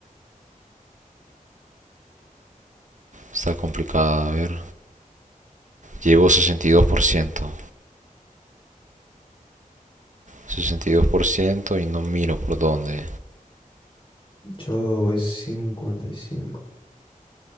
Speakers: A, on the right (about 60°); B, on the left (about 35°).
A: Está complicada, a ver. Llevo sesenta y dos por ciento sesenta y dos por ciento y no miro por dónde.
B: Yo voy 55.